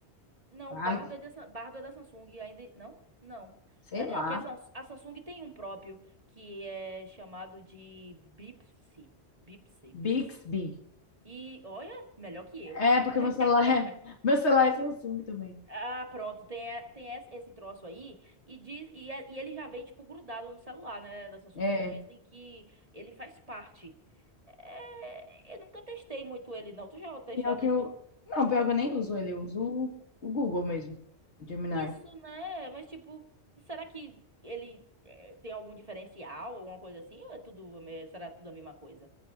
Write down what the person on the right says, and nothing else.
Não,
Bardo é, da Sa- Bardo é da Samsung ainda. Não? Não.
É,
é que a, Sams- a Samsung tem um próprio que é chamado de Bixby. Bixby,
Bixby. E olha, melhor que eu.
<laughs>
Ah, pronto, tem, é- tem esse esse troço aí, e, diz, e, é- e ele já vem, tipo, grudado no celular, né, da Samsung,
e dizem que ele faz parte. É, eu nunca testei muito ele, não. Tu já, te-
já
testou?
Isso, né? Mas, tipo, será que ele é, tem algum diferencial, alguma coisa assim? Ou é tudo, a me- será tudo a mesma coisa?